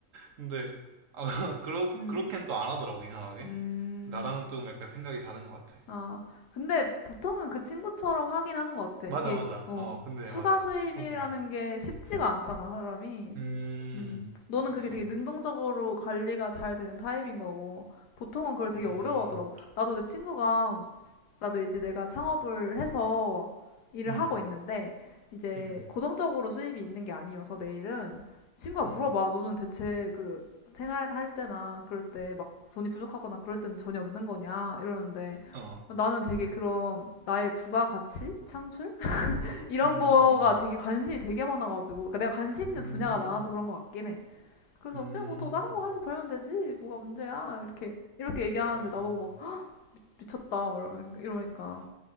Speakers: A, on the right; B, on the left.
A: 근데 아, <laughs> 그런
B: 응. 응,
A: 그렇게는 또 안 하더라고 이상하게.
B: 응.
A: 나랑은 조금 약간 생각이 다른 것 같아.
B: 아, 근데 보통은 그 친구처럼 하긴 하는 것 같아.
A: 맞아
B: 이게,
A: 맞아.
B: 어,
A: 어 근데
B: 추가
A: 맞아.
B: 수입이라는
A: 보통 그게 맞아.
B: 게 쉽지가 않잖아, 사람이.
A: 음
B: 음, 너는
A: 그치.
B: 그게 되게 능동적으로 관리가 잘 되는 타입인 거고, 보통은 그걸 되게
A: 음
B: 어려워하더라고. 나도 내 친구가, 나도 이제 내가 창업을 해서 일을
A: 음
B: 하고 있는데, 이제
A: 음 음
B: 고정적으로 수입이 있는 게 아니어서 내일은 친구가
A: 음
B: 물어봐. 너는 대체 그 생활할 때나 그럴 때 막 돈이 부족하거나 그럴 때는 전혀 없는 거냐? 이러는데,
A: 어.
B: 나는 되게 그런 나의 부가가치? 창출? <laughs> 이런
A: 음, 음,
B: 거가 되게 관심이 되게 많아가지고, 그러니까 내가 관심 있는
A: 음,
B: 분야가 많아서 그런 것 같긴 해. 그래서
A: 음,
B: 그냥 뭐 더 다른
A: 음,
B: 거 해서 벌면 되지 뭐가 문제야 이렇게 이렇게 얘기하는데
A: 어,
B: 나보고 막 미쳤다 막 이러니까, 이러니까.